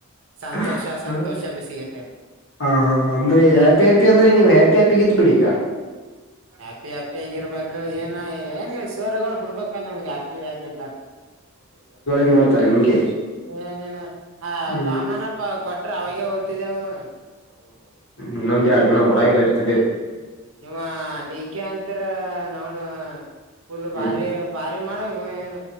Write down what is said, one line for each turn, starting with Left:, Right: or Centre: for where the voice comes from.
Right: ಸಂತೋಷ
Left: ಹ.
Right: ಸಂತೋಷ
Left: ಹ
Right: ಬಿಸಿಗಿಟ
Left: ಹಾ ಅಂದ್ರೆ ಹ್ಯಾಪಿ ಹ್ಯಾಪಿ ಅಂದ್ರೆ ನೀವು ಹ್ಯಾಪಿ ಹ್ಯಾಪಿಗಿದ್ದ ಬಿಡಿ ಈಗ.
Right: ಹ್ಯಾಪಿ ಹ್ಯಾಪಿ ಆಗಿರ್ಬೇಕ ಏನ್. ನಾ ಏನ್ ಇವ್ ಸರ್ಗೋಳ ಬುಡ್ಬೇಕಲ್ಲ ನಮಗೆ ಹ್ಯಾಪಿ ಆಗಿ ಇರಲಾಕ್.
Left: ಎನ್ ಮಾಡ್ತಾರೆ ನಿಮ್ಗೆ.
Right: ಏನಿನ ಆ
Left: ಹ್ಮ್
Right: ಕಾಮಾನಪ್ಪ ಕೊಟ್ರ ಅವಾಗೇ ಓತಿದೆವು.
Left: ಇನ್ನೊಂದ ಎರಡು ದಿನ ಊರಾಗರೆ ಇರ್ತಿದ್ದೆ.
Right: ಇಂವ ಡಿ ಕೆ ಅಂತರ <unintelligible> ಫುಲ್
Left: ಹ್ಮ್
Right: ಭಾರಿ ಭಾರಿ ಮಾಡಂವ ಇಂವ ಎನ.